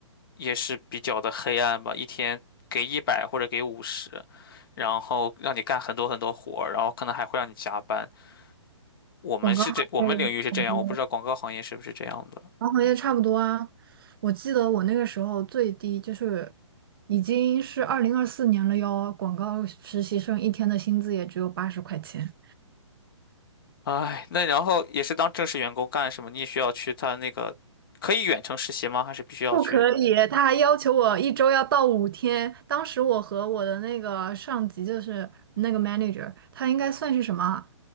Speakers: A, on the left (about 45°); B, on the right (about 50°).
A: 也是比较的黑暗吧，一天给一百或者给五十，然后让你干很多很多活儿然后可能还会让你加班。我们是这，
B: 广告行业很多。
A: 我们领域是这样，我不知道广告行业是不是这样的。
B: 航行业差不多啊，我记得我那个时候最低就是已经是二零二四年了哟，广告实习生一天的薪资也只有八十块钱。
A: 唉，那然后也是当正式员工干什么？你也需要去他那个，可以远程实习吗？还是必须要去？
B: 不可以，他还要求我一周要到五天。当时我和我的那个上级，就是那个 manager，他应该算是什么啊